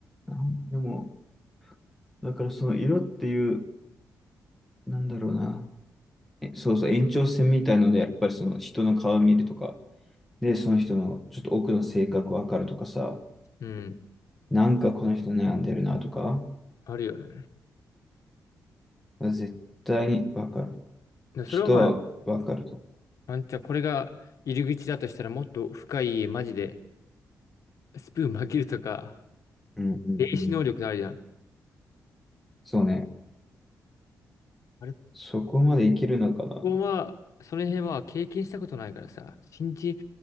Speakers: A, in the centre; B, on the left.
A: なんでも、だからその色っていう、なんだろうな。えそうそう、延長線みたいので、やっぱりその人の顔見るとか、で、その人のちょっと奥の性格わかるとかさ、
B: うん。
A: なんかこの人悩んでるなとか、
B: あるよね。
A: 絶対にわかる。
B: で、
A: 人はわかると。
B: それはまあ、あんちゃん、これが入り口だとしたら、もっと深い、マジで、スプーン曲げるとか、
A: うんうんうん。
B: 霊視能力あるじゃん。
A: そうね。
B: あれ
A: そこまでいけるのかな。
B: ここは、その辺は経験したことないからさ、信じ